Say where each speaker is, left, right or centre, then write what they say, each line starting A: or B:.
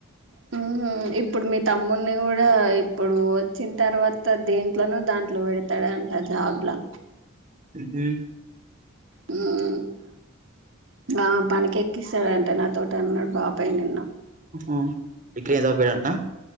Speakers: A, on the right (about 65°); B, on the right (about 40°).
A: హ్ హ్ ఇప్పుడు మీ తమ్మున్నీ కూడా ఇప్పుడు వచ్చిన తర్వాత దీంట్లోన దాంట్లో పెడతాడు అంటా జాబ్ లా.
B: హు హు.
A: హ్మ్ ఆ పనికే ఎక్కి క్కిస్తాడంట నా తోటి అన్నాడు బాబాయ్ నిన్న.
B: హ్ హ్ డిగ్రీ ఏం చదువుపియడంటానా.